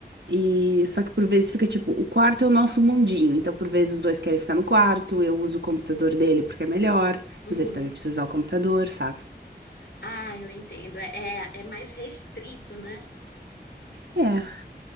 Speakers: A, on the right (about 80°); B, on the left (about 75°).
A: E só que por vezes fica tipo, o quarto é o nosso mundinho, então por vezes os dois querem ficar no quarto, eu uso o computador dele porque é melhor,
B: uhum.
A: mas ele também precisa usar o computador, sabe?
B: Ah, eu entendo. É, é é mais restrito, né?
A: É.